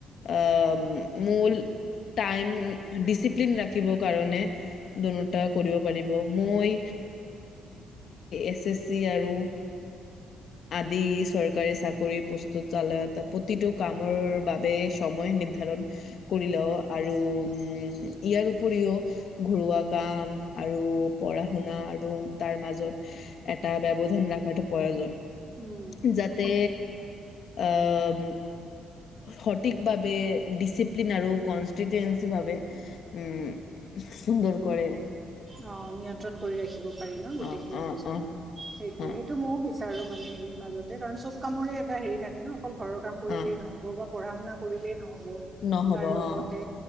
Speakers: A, on the left; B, on the right.
A: অ' মূল টাইম ডিচিপ্লিন ৰাখিব কাৰণে <inaudible> কৰিব পাৰিব। এই এচে চি আৰু আদি চৰকাৰী চাকৰিৰ প্ৰস্তুত। <inaudible> প্ৰতিটো কামৰ বাবে সময় নিৰ্ধাৰণ কৰিলেও আৰু উ'ম ইয়াৰ উপৰিও ঘৰুৱা কাম আৰু পঢ়া শুনা আৰু তাৰ মাজত এটা ব্যৱধান ৰাখাটো প্ৰয়োজন।
B: উম
A: যাতে।
B: অকল
A: আ', উ'ম। সঠিকভাৱে ডিচিপ্লিন আৰু কনষ্টিটেসি ভাবে উম সুন্দৰ কৰে।
B: অ' নিয়ন্ত্ৰণ কৰি ৰাখিব পাৰি ন গোটেইখিনি
A: অঁ অঁ
B: বস্তু।
A: অঁ
B: সেইটোয়ে
A: অঁ
B: সেইটো ময় বি চাৰো। মানে হেৰিৰ মাজতে কাৰণ চব কামৰে এটা হেৰি থাকে ন। অকল ঘৰৰ কাম কৰিলেই
A: অঁ
B: নহব বা পঢ়া শুনা কৰিলেই নহ'ব
A: নহ'ব
B: তাৰ
A: অঁ
B: লগতে